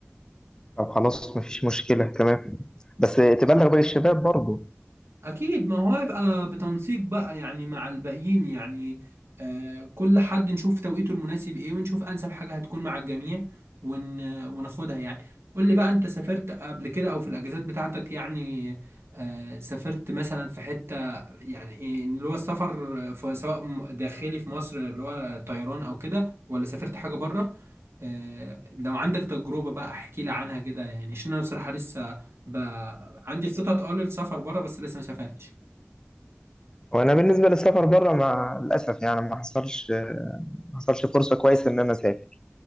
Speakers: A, on the left (about 20°); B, on the right (about 80°).
A: طب خلاص مفيش مشكلة تمام بس تبلغ باقي الشباب برضه
B: أكيد ما هو هيبقى بتنسيق بقى يعني مع الباقيين يعني آه كل حد نشوف توقيته المناسب إيه ونشوف أنسب حاجة هتكون مع الجميع ون وناخدها يعني قول لي بقى أنت سافرت قبل كده أو في الأجازات بتاعتك يعني آه سافرت مثلا في حتة يعني إيه اللي هو السفر في سواء م- داخلي في مصر اللي هو طيران أو كده ولا سافرت حاجة بره آه، لو عندك تجربة بقى احكي لي عنها كده يعني عشان انا بصراحة لسه بقى عندي خطط اه للسفر بره بس لسه ما سافرتش
A: وأنا بالنسبة للسفر بره مع الأسف يعني ما حصلش ما حصلش فرصة كويسة إن أنا أسافر